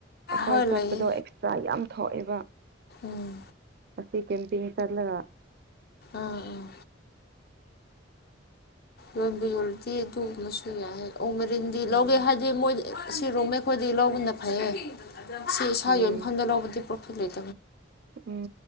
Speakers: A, on the right; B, on the left.
A: ꯑꯩꯈꯣꯏ
B: ꯍꯣꯏ
A: ꯆꯠꯄꯗꯣ
B: ꯂꯩꯌꯦ
A: ꯑꯦꯛꯁꯇ꯭ꯔꯥ ꯌꯥꯝ ꯊꯣꯛꯑꯦꯕ
B: ꯎꯝ
A: ꯑꯁꯤ ꯀꯦꯟꯇꯤꯟ ꯆꯠꯂꯒ
B: ꯑꯥ ꯑꯥ ꯌꯣꯟꯕꯨ ꯌꯣꯟꯂꯗꯤ ꯑꯗꯨꯒꯨꯝꯕꯁꯨ ꯌꯥꯏ ꯑꯣꯛ ꯃꯔꯤꯟꯗꯤ
A: ꯎꯝ
B: ꯂꯧꯒꯦ ꯍꯥꯏꯗꯤ ꯃꯣꯏ ꯁꯤꯔꯨꯝꯃꯦ ꯈꯣꯏꯗꯤ ꯂꯧꯕꯅ ꯐꯩꯌꯦ ꯁꯤ ꯏꯁꯥꯒꯤ
A: ꯎꯝ
B: ꯌꯣꯟꯐꯝꯗ ꯂꯧꯕꯗꯤ ꯄ꯭ꯔꯣꯐꯤꯠ ꯂꯩꯇꯦ
A: ꯎꯝ